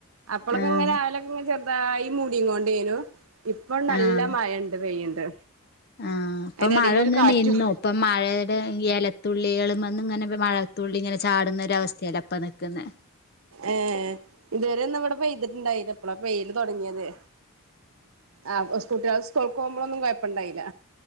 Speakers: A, on the right; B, on the left.
A: അപ്പളൊക്കെ
B: ആഹ്
A: ഇങ്ങനെ ആവല <unintelligible> ചെറുതായി മൂടികൊണ്ടേയ്നു ഇപ്പൊ നല്ല
B: ആഹ്
A: മഴണ്ട് പെയ്യ്ണ്ട്.
B: ആഹ് ഇപ്പൊ
A: അയിന്റെ
B: മഴഴൊന്ന്
A: എടേല് ഒരു കാറ്റും
B: നിന്നു. ഇപ്പം മഴയ്ടെ എലത്തുള്ളികള്മന്ന്ങ്ങനെ വെ മഴത്തുള്ളി ഇങ്ങനെ ചാടുന്ന ഒരവസ്ഥേല ഇപ്പ നി ക്കുന്നെ
A: ഏഹ് ഇതുവരെ ഇന്ന് ഇവിടെ പെയ്തിട്ടുണ്ടായില്ല. ഇപ്പളാ പെയ്യൽ തൊടങ്ങിയത്. ആഹ് സ്കൂട്ടിയാള് സ്‌ക്കൂൾക്കോകുമ്പളൊന്നും കൊഴപ്പണ്ടായില്ല.